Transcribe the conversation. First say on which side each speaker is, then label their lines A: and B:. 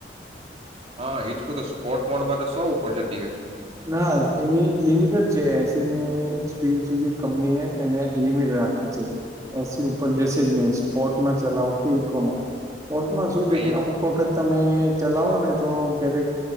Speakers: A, on the right (about 35°); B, on the right (about 20°).
A: હહ ઈ જ કઉં તો સ્પોર્ટ મોડમાં તો સો ઉપર જતી હશે.
B: ના એની લિમિટ જ છે એંસીની સ્પીડ સુધી કંપની એ એને લિમિટ રાખી છે. એંસી ઉપર જશે જ નહીં સ્પોર્ટમાં ચલાવો કે ઈકોમાં પોર્ટમાં શું
A: પણ
B: છે કે
A: એ
B: અમુક વખત તમે ચલાવો ને તો ક્યારેક